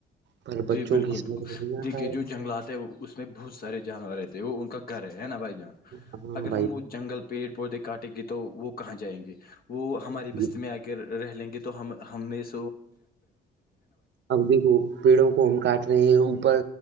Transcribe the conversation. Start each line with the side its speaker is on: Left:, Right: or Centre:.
Right: پر بچوں
Left: جی بلکل
Right: کی سمجھ
Left: بلکل
Right: میں نہیں آتا
Left: دیکھیے
Right: ہے
Left: جو جنگلات ہے اس میں بہت سارے جانور رہتے ہیں وہ ان کا گھر ہے ہے نا بھائی جان
Right: ہاں
Left: اگر ہم وہ جنگل پیڑ پودے کاٹیں گے تو وہ کہاں جائیں گے وہ ہماری
Right: بھیا
Left: بستی میں آ کے رہ لیں گے تو ہم ہم اس
Right: اب دیکھو پیڑوں کو ہم کاٹ رہے ہیں اوپر